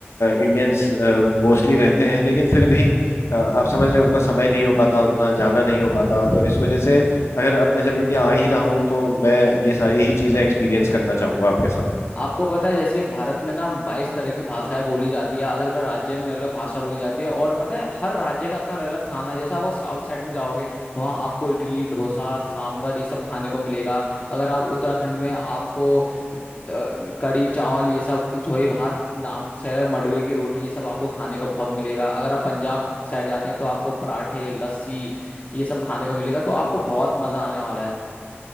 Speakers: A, on the left (about 85°); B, on the left (about 35°).
A: इंडियंस मोस्टली रहते हैं लेकिन फिर भी अ, आप समझ रहे हैं उतना समय नहीं हो पाता उतना जाना नहीं हो पाता तो इस वजह से अगर अब मैं जब इंडिया आ ही रहा हूँ तो मैं ये सारी ही चीज़ें एक्सपीरियंस करना चाहूँगा आपके साथ
B: आपको पता है जैसे भारत में ना बाईस तरह की भाषाएं बोली जाती है अलग अलग राज्य में अलग अलग भाषा बोली जाती है और पता है हर राज्य का अपना अलग अलग खाना है जैसे आप साउथ साइड में जाओगे वहाँ आपको इडली डोसा सांबर ये सब खाने को मिलेगा अगर आप उत्तराखंड में आपको अ, द- कढ़ी चावल ये सब झोई भात नाम से है, मडवे की रोटी ये सब आपको खाने को बहुत मिलेगा अगर आप पंजाब साइड जाते हैं तो आपको पराठे लस्सी ये सब खाने को मिलेगा तो आपको बहुत मजा आने वाला